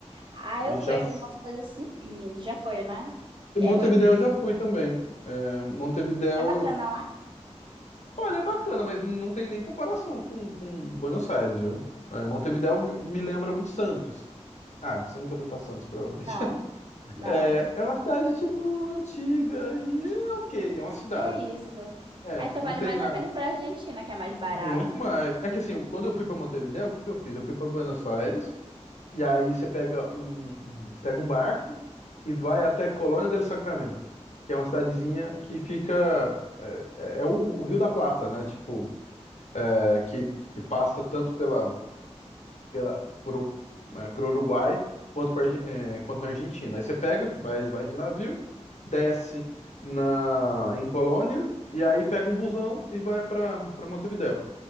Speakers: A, on the right; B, on the left.
A: Aí
B: Já
A: eu vejo
B: f-
A: umas coisas assim, lindo. Já foi, né? É,
B: Montevidéu
A: mo-
B: eu já fui também. Eh, Montevidéu
A: é bacana
B: eu,
A: lá?
B: olha, é bacana, mas não tem nem comparação com, com Buenos Aires, viu? Eh, Montevidéu me me lembra muito Santos. Ah, que você nunca foi pra Santos, provavelmente.
A: Não, não,
B: É,
A: nunca fui.
B: é uma cidade, tipo, antiga e é ok, é uma cidade.
A: E é isso.
B: É,
A: Ah, então
B: não
A: vale
B: tem
A: mais
B: nada
A: a pena para Argentina, que é mais barato.
B: muito mais. É que assim, eu- quando eu fui pra Montevidéu, o que que eu fiz? Eu fui pra Buenos Aires e aí você pega um, um- pega um barco e vai até Colônia del Sacramento, que é uma cidadezinha que fica é, é- é o, o Rio da Plata, né? Tipo, é, que, que passa tanto pela pela, por, para o Uruguai quanto, pra Argen- é, quanto na Argentina. Aí você pega, vai, vai de navio, desce na, em Colônia, e aí pega um busão e vai para para Montevidéu.